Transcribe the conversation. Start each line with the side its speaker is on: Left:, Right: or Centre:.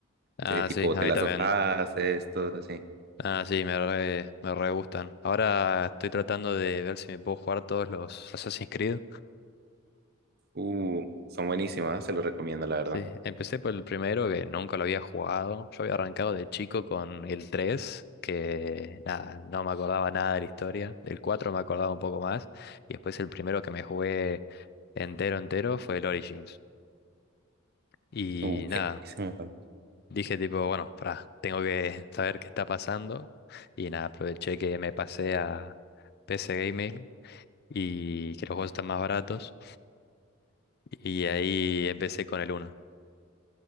Left: Ah,
Right: de tipo
Left: sí, a
Right: The
Left: mí
Right: Last
Left: también.
Right: of Us, estos así.
Left: Ah, sí, me re, me re gustan. Ahora estoy tratando de ver si me puedo jugar todos los Assassin's Creed.
Right: Uh, son buenísimas, se los recomiendo, la verdad.
Left: Sí, empecé por el primero que nunca lo había jugado. Yo había arrancado de chico con el 3, que nada, no me acordaba nada de la historia. Del 4 me acordaba un poco más. Y después el primero que me jugué entero, entero fue el Origins. Y
Right: Uh,
Left: nada,
Right: eh, sí se me falta.
Left: dije tipo, bueno, pará, tengo que <laughs> saber qué está pasando. Y nada, aproveché que me pasé a PC Gaming y que los juegos están más baratos. Y ahí empecé con el uno.